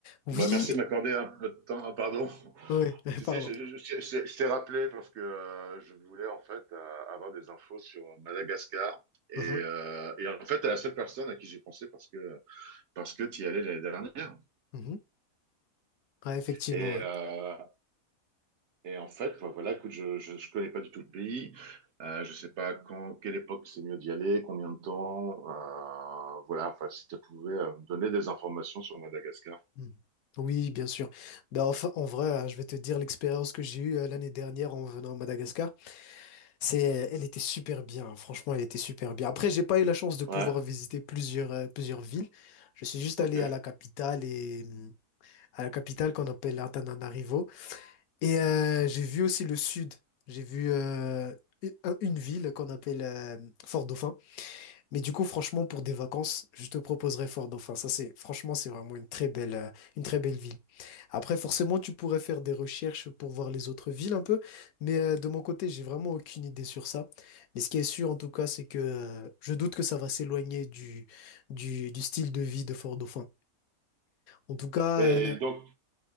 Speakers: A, on the left; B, on the right.
A: Oui,
B: Ouais, merci de m'accorder un peu de temps. Ah, pardon. <laughs>
A: oui, <laughs>
B: Tu
A: pardon.
B: sais, je, je- je- je- je t'ai rappelé parce que euh, je voulais en fait euh, avoir des infos sur Madagascar. Et,
A: Mhm,
B: euh, et en fait, t'es la seule personne à qui j'ai pensé parce que parce que t'y allais l'année dernière.
A: mhm. Ouais, effectivement,
B: Et,
A: ouais.
B: euh, et en fait, bah, voilà, écoute, je, je je connais pas du tout le pays. Euh, je sais pas quand, quelle époque c'est mieux d'y aller, combien de temps. euh, voilà, enfin, si tu pouvais euh, me donner des informations sur Madagascar.
A: Mhm. Oui, bien sûr. Ben, enfin, en vrai, euh, je vais te dire l'expérience que j'ai eue euh, l'année dernière en venant à Madagascar. C'est, euh, elle était super bien. hein. Franchement, elle était super bien. Après, j'ai pas eu la chance de pouvoir
B: Ouais,
A: visiter plusieurs, euh, plusieurs villes. Je suis juste
B: ok.
A: allé à la capitale et hum, à la capitale qu'on appelle Antananarivo. Et euh, j'ai vu aussi le sud. J'ai vu euh, une une ville qu'on appelle euh, Fort-Dauphin. Mais du coup, franchement, pour des vacances, je te proposerais Fort Dauphin. Ça, c'est, franchement, c'est vraiment une très belle, euh, une très belle ville. Après, forcément, tu pourrais faire des recherches pour voir les autres villes un peu, mais euh, de mon côté, j'ai vraiment aucune idée sur ça. Mais ce qui est sûr, en tout cas, c'est que euh, je doute que ça va s'éloigner du, du, du style de vie de Fort Dauphin. En tout cas,
B: Et
A: euh,
B: donc,